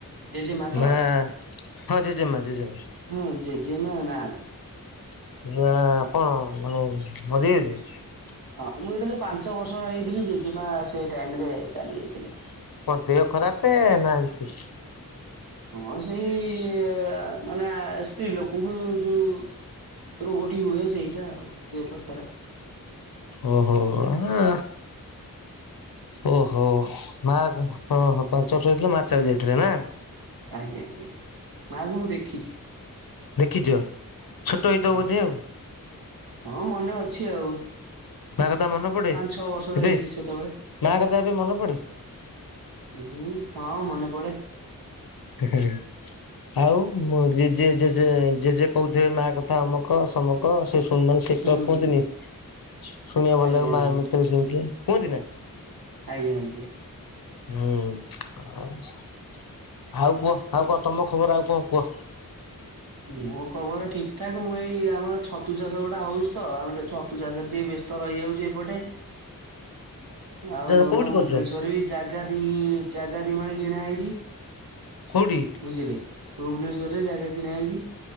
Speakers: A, on the right; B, on the left.
A: ଜେଜେମା ତ?
B: ମା ହଁ ଜେଜେମା ଜେଜେମା।
A: ହଁ ଜେଜେମା ନାହାନ୍ତି।
B: <unintelligible>
A: ହଁ ମୁଁ ଯେତେବେଳେ ପାଞ୍ଚ ବର୍ଷର ର ହେଇଥିଲି ଜେଜେମା ସେଇ ଟାଇମ ରେ ଚାଲି ଯାଇଥିଲେ।
B: କଣ ଦେହ ଖରାପେ ନା ଏନ୍ତି
A: ହଁ ସେଇ ମାନେ ସ୍ତ୍ରୀ ଲୋକଙ୍କୁ ଯୋଉ ରୋଗଟି ହୁଏ ସେଇଟା ଆଉ ଦେହ ପା ଖରାପ
B: ଓହୋ ଆଁ। ଓହୋ ମା ହ ହୋ ପାଞ୍ଚ ବର୍ଷ ହେଇଥିଲେ ମା ଚାଲି ଯାଇଥିଲା ନା।
A: ଆଜ୍ଞା ଆଜ୍ଞା ମାକୁ ମୁଁ ଦେଖିଛି।
B: ଦେଖିଛ? ଛୋଟ ହେଇଥିବ
A: ଆଜ୍ଞା
B: ବୋଧେ ଆଉ।
A: ହଁ ମନେ ଅଛି ଆଉ।
B: ମା କଥା ମନେ ପଡେ
A: ପାଞ୍ଚ ଛଅ ବର୍ଷର
B: ଏବେ
A: ହେଇଥିଲି ସେତେବେଳେ।
B: ମା କଥା ଏବେ ମନେ ପଡେ?
A: ହୁଁ ହଁ ମନେ ପଡେ।
B: ହୁଁ। ଆଉ ମ ଜେ ଜେ ଜେଜେ କହୁଥିବେ ମା କଥା ଅମକ ସମକ ସେ ସେମାନେ ସେ
A: ହୁଁ
B: କ କୁହନ୍ତିନି ଶୁଣିବା ଭଲ
A: ଆଜ୍ଞା
B: ଲାଗିବ ମା
A: ଆଜ୍ଞା
B: ଏମିତି ସେମିତି କୁହନ୍ତି ନା।
A: ଆଜ୍ଞା ଆଜ୍ଞା।
B: ହୁଁ ଆ ଆଉ କୁହ ଆଉ କୁହ ତମ ଖବର ଆଉ କଣ କୁହ?
A: ମୋ ଖବର ଠିକ ଠାକ ମୁଁ ଏଇ ଆମର ଛତୁ ଚାଷ ଗୋଟା ହଉଛି ତ ଆମେ ଟିକେ ଛତୁ ଚାଷ ଟିକେ ବେଶୀ ବ୍ୟସ୍ତ ରହିଯାଉଛି ଏପଟେ ଆଉ
B: କୋଉଠି
A: ଆମ ଭୁବନେଶ୍ୱର
B: କରୁଛ
A: ବି ଜାଗା ଦି ଜାଗା ଦି ମାଣେ କିଣା ହେଇଛି।
B: କୋଉଠି
A: ବୁଝିଲେ ଭୁବନେଶ୍ୱର ରେ ଜାଗା କିଣା ହେଇଛି।